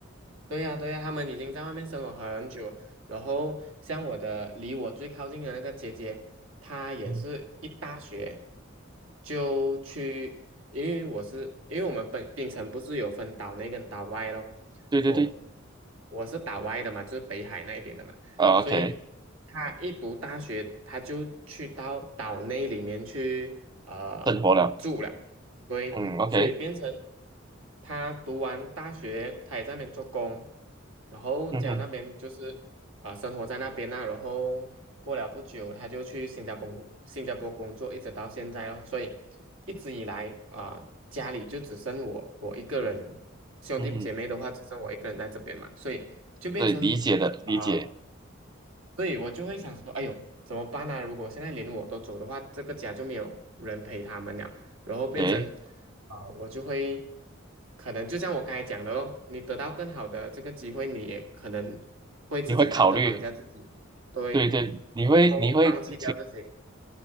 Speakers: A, on the right (about 80°); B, on the right (about 20°).
A: 对呀，对呀，他们已经在外面生活很久，然后像我的离我最靠近的那个姐姐，她也是一大学
B: 嗯，
A: 就去，因为我是因为我们本槟城不是有分岛内跟岛外咯，
B: 对对对，
A: 我我是岛外的嘛，就是北海那边的嘛，
B: 啊，OK，
A: 所以她一读大学，她就去到岛内里面去呃住了，
B: 生活了，
A: 对，
B: 嗯，OK，
A: 所以变成他读完大学，他也在那边做工，然后家那边就是啊、
B: 嗯哼，
A: 呃生活在那边呐、然后过了不久，他就去新加坡新加坡工作，一直到现在咯。所以一直以来啊、家里就只剩我我一个人，兄弟姐妹的话只剩我一个人在这边嘛，
B: 嗯哼，
A: 所以就变成。
B: 对，理解的理解，
A: 啊。所以我就会想说，哎呦，怎么办呢、如果现在连我都走的话，这个家就没有人陪他们了，然后变成，
B: 对，
A: 啊，我就会，可能就像我刚才讲的咯，你得到更好的这个机会，你也可能会自己道德绑架自己，
B: 你会考虑，
A: 对，
B: 对对，你会你会可
A: 然后放弃掉这些，